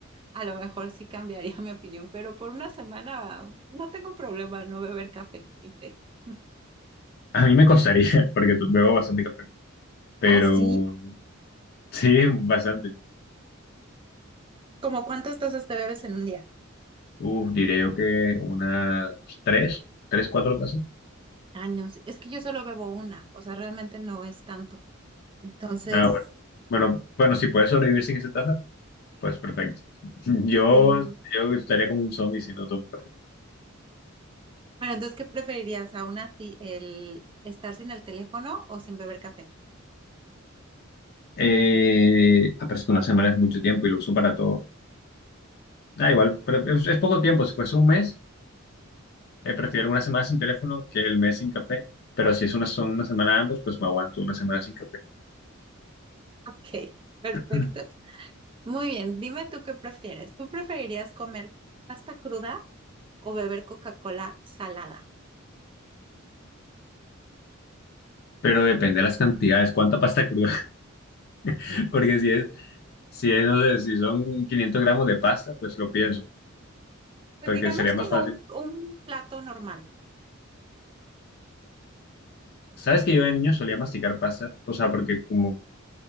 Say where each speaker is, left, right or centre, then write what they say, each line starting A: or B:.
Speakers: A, on the right; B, on the left.
A: a lo mejor sí cambiaría <laughs> mi opinión, pero por una semana no tengo problema no beber café y té. <laughs>
B: A mí me costaría, <laughs> porque tu- bebo bastante café, pero
A: Ah, sí.
B: sí, bastante.
A: ¿Cómo cuántas tazas te bebes en un día?
B: Uf, diría yo que unas tres, tres, cuatro tazas.
A: años. Es que yo solo bebo una, o sea, realmente no es tanto. Entonces,
B: Ah, Mm. bueno. Bueno, bueno, si puedes sobrevivir sin esa taza, pues perfecto. <laughs> Yo,
A: sí.
B: yo estaría como un zombie si no tomo café.
A: Bueno, entonces, ¿qué preferirías aún así, el estar sin el teléfono o sin beber café? <laughs>
B: Eh, ah, pero es que una semana es mucho tiempo y lo uso para todo. Ah, igual, pero es, es poco tiempo. Si fuese un mes, eh, prefiero una semana sin teléfono que el mes sin café. Pero si es una, son una semana ambos, pues me aguanto una semana sin café.
A: Ok, perfecto.
B: <clears throat>
A: Muy bien, dime tú qué prefieres. ¿Tú preferirías comer pasta cruda o beber Coca-Cola salada?
B: Pero depende de las cantidades, cuánta pasta cruda. <laughs> Porque si es, Si es, no sé, si son 500 gramos de pasta, pues lo pienso,
A: Pues
B: porque
A: digamos
B: sería
A: como
B: más fácil.
A: un, un plato normal.
B: ¿Sabes que yo de niño solía masticar pasta? O sea, porque como, o